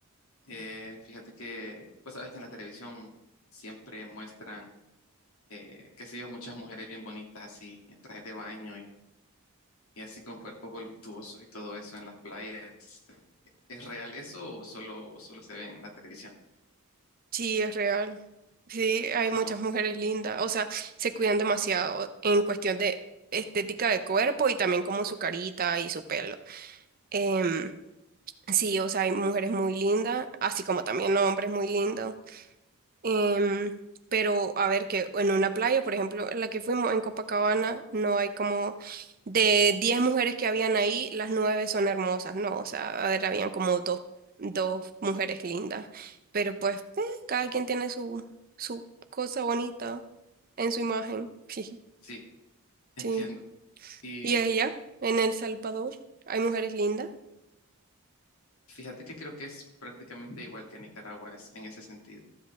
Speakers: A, on the left; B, on the right.
A: Eh, fíjate que, pues sabes que en la televisión siempre muestran, eh, qué sé yo, muchas mujeres bien bonitas así, en trajes de baño y, y así con cuerpos voluptuosos y todo eso en las playas. ¿Es real eso o solo, o solo se ve en la televisión?
B: Sí, es real. Sí, hay muchas
A: No,
B: mujeres lindas. O sea, se cuidan demasiado en cuestión de estética de cuerpo y también como su carita y su pelo. Em, sí, o sea, hay mujeres muy lindas, así como también hombres muy lindos. Em, pero a ver, que en una playa, por ejemplo, en la que fuimos en Copacabana, no hay como de 10 mujeres que habían ahí, las 9 son hermosas, ¿no? O sea, a ver, habían como dos, dos mujeres lindas, pero pues eh, cada quien tiene su, su cosa bonita en su imagen. <laughs>
A: sí, <laughs> entiendo.
B: Sí.
A: Y
B: ¿Y ella? ¿En El Salvador? ¿Hay mujeres lindas?
A: fíjate que creo que es prácticamente igual que Nicaragua es en ese sentido.